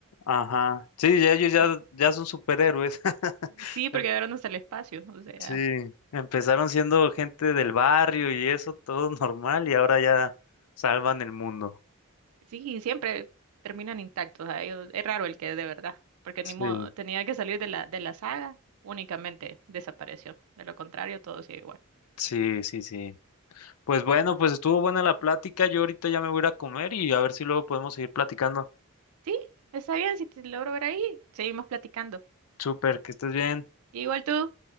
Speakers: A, on the left; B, on the right.
A: Ajá, sí, ya ellos ya,
B: eh,
A: ya son superhéroes. <laughs>
B: Sí, porque
A: Em-
B: llegaron hasta el espacio. O sea,
A: Sí, empezaron siendo gente del barrio y eso, todo <laughs> normal, y ahora ya salvan el mundo.
B: sí, siempre terminan intactos. a ellos- es raro el que es de verdad, porque
A: Sí,
B: ni modo, tenía que salir de la, de la saga, únicamente desapareció. De lo contrario, todo sigue igual.
A: sí, sí, sí. Pues bueno, pues estuvo buena la plática, yo ahorita ya me voy a ir a comer y a ver si luego podemos seguir platicando.
B: Sí, está bien, si te logro ver ahí, seguimos platicando.
A: Súper, que estés bien.
B: Igual tú.